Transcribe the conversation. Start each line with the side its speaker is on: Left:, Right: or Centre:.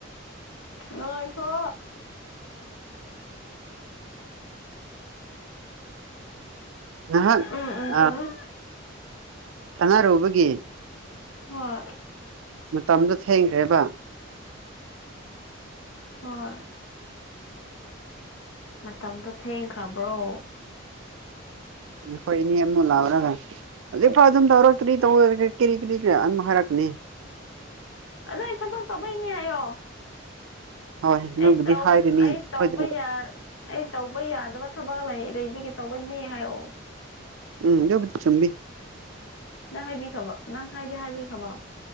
Left: ꯉꯥꯏꯈꯣ
Right: ꯉꯍꯥꯛ
Left: ꯎꯝ ꯎꯝ
Right: ꯑ
Left: ꯆꯨꯝꯃꯦ
Right: ꯁꯥꯟꯅꯥꯔꯨꯕꯒꯤ
Left: ꯍꯣꯏ
Right: ꯃꯇꯝꯗꯨ ꯊꯦꯡꯈꯔꯦꯕ
Left: ꯍꯣꯏ ꯃꯇꯝꯗꯨ ꯊꯦꯡꯈ꯭ꯔꯥꯕ꯭ꯔꯣ
Right: ꯅꯈꯣꯏ ꯑꯅꯤ ꯑꯃꯃꯨꯛ ꯂꯥꯛꯔꯒ ꯍꯧꯖꯤꯛ ꯐꯥꯎ ꯑꯗꯨꯝ ꯇꯧꯔꯣ ꯀꯔꯤ ꯇꯧꯔꯦ ꯍꯥꯏꯔꯒ ꯀꯔꯤ ꯀꯔꯤ ꯀ ꯑꯃꯨꯛ ꯍꯥꯏꯔꯛꯀꯅꯤ
Left: ꯑꯗꯣ ꯑꯩ ꯊꯕꯛ ꯇꯧꯕꯩꯅꯦ ꯍꯥꯏꯌꯣ
Right: ꯍꯣꯏ ꯅꯣꯏꯕꯨꯗꯤ
Left: ꯑꯩ ꯇꯧ
Right: ꯍꯥꯏꯔꯅꯤ
Left: ꯑꯩ ꯇꯧꯕ
Right: ꯍꯣꯏꯗ
Left: ꯌꯥ ꯑꯩ ꯇꯧꯕ ꯌꯥ ꯗꯕ ꯊꯕꯛ ꯂꯩ ꯂꯩꯔꯤꯕꯒꯤ ꯇꯧꯕꯅꯤ ꯍꯥꯏꯌꯣ
Right: ꯎꯝ ꯗꯨꯕꯨꯗꯤ ꯆꯨꯝꯃꯤ
Left: ꯅꯪ ꯍꯥꯏꯕꯤꯈꯕꯣ ꯅꯪ ꯍꯥꯏꯗꯤ ꯍꯥꯏꯕꯤꯈꯔꯥꯕꯣ